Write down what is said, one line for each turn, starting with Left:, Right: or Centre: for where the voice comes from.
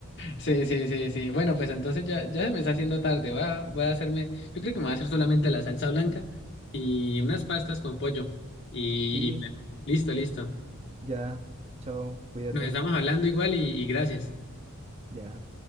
Left: Sí, sí, sí, sí. Bueno, pues entonces ya, ya se me está haciendo tarde. Voy a, voy a hacerme, yo creo que me voy a hacer solamente la salsa blanca y unas pastas con pollo. Y,
Right: Sí,
Left: y pues, listo, listo.
Right: ya, chao, cuídate,
Left: Nos estamos hablando igual y y gracias.
Right: ya.